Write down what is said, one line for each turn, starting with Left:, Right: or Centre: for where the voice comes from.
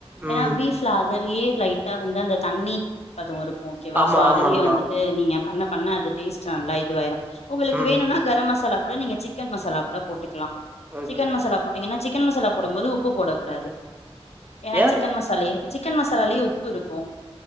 Left: ஏன்னா
Right: ம்
Left: பீப் அதுலயே லைட்டா வந்து அந்த தண்ணி பதம் இருக்கும் ஓக்கேவா
Right: ஆமா
Left: சோ அதுலயே
Right: ஆமா ஆமா
Left: வந்துட்டு நீங்க பண்ண பண்ண அது டேஸ்ட் நல்லா இதுவாரும் உங்களுக்கு
Right: ம்
Left: வேணும்னா கூட கரம் மசாலா கூட நீங்க சிக்கன் மசால மசாலாகூட போட்டுக்கலாம்
Right: ஓகே
Left: சிக்கன் மசாலா போட்டீங்கன்னா சிக்கன் மசாலா போடும்போது உப்பு போடக்கூடாது ஏன்னா
Right: ஏ
Left: சிக்கன்மசாலையே சிக்கன் மசாலேயே உப்புருக்கும்